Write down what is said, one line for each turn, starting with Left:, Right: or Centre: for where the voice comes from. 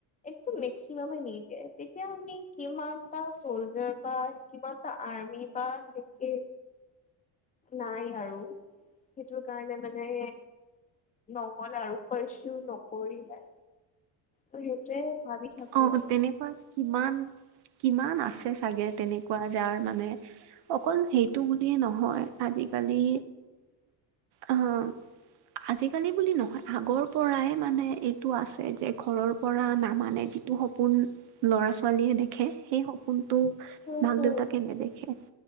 Left: একে মেক্সিমামে নিদিয়ে, তেতিয়া আমি কিমানটা চ'লজাৰ বা কিমানটা আৰ্মি বা সেনকে নাই আৰু সেইটোৰ কাৰণে মানে নগ'লে আৰু ফৰ্চো নকৰিলে। সেইটোৱে ভাবি থাকো
Right: অ',
Left: আৰু।
Right: তেনেকুৱা কিমান কিমান আছে ছাগে তেনেকুৱা যাৰ মানে অকল সেইটো বুলিয়ে নহয় আজিকালি আহ আজিকালি বুলি নহয়, আগৰ পৰাই মানে এইটো আছে যে ঘৰৰপৰা নামানে যি টো সপোন ল'ৰা ছোৱালীয়ে দেখে সেই সপোনটো
Left: হম
Right: মাক
Left: হম
Right: দেউতাকে নেদেখে।